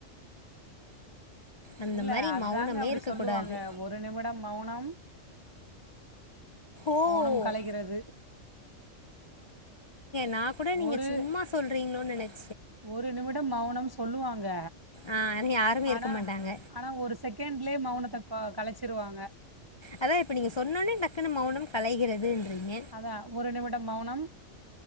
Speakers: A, on the left (about 40°); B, on the right (about 30°).
A: அந்த
B: இல்ல
A: மாதிரி
B: அதுதாங்க
A: மௌனமே
B: அப்டி
A: இருக்கக்கூடாது
B: சொல்லுவாங்க ஒரு நிமிடம் மௌனம்
A: ஓ
B: மௌனம் கலைகிறது
A: நா கூட நீங்க
B: ஒரு
A: சும்மா சொல்றீங்களோ நெனைச்சே
B: ஒரு நிமிடம் மௌனம் சொல்லுவாங்க
A: ஆ ஆனா யாருமே
B: ஆனா
A: இருக்க மாட்டாங்க
B: ஆனா ஒரு செகண்ட் லே மௌனத்த க கலைச்சிருவாங்க
A: அதா இப்ப நீங்க சொன்னோனே டக்குன்னு மௌனம் களைகிறதுன்றீங்க
B: அதா ஒரு நிமிடம் மௌனம்